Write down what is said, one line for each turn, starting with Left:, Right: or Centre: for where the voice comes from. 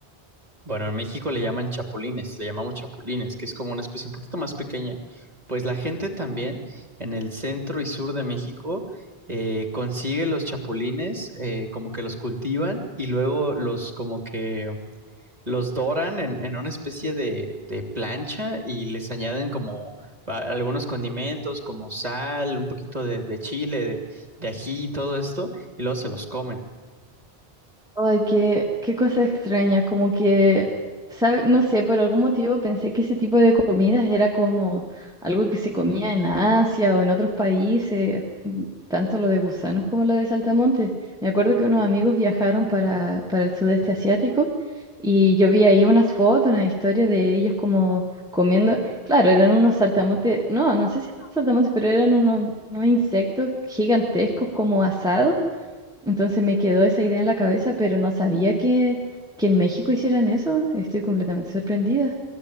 Right: Bueno, en México le llaman chapulines, le llamamos chapulines, que es como una especie un poquito más pequeña. Pues la gente también en el centro y sur de México eh, consigue los chapulines, eh, como que los cultivan y luego los como que los doran en, en una especie de, de plancha y les añaden como a- algunos condimentos como sal, un poquito de, de chile, de, de ají y todo esto, y luego se los comen.
Centre: Ay, qué, qué cosa extraña, como que, sabe- no sé, por algún motivo pensé que ese tipo de comidas era como algo que se comía en Asia o en otros países, mm, tanto lo de gusanos como lo de saltamontes. Me acuerdo que unos amigos viajaron para, para el sudeste asiático y yo vi ahí unas fotos, una historia de ellos como comiendo, claro, eran unos saltamontes, no, no sé si eran saltamontes, pero eran unos, unos insectos gigantescos como asados entonces me quedó esa idea en la cabeza, pero no sabía que, que en México hicieran eso. Estoy completamente sorprendida.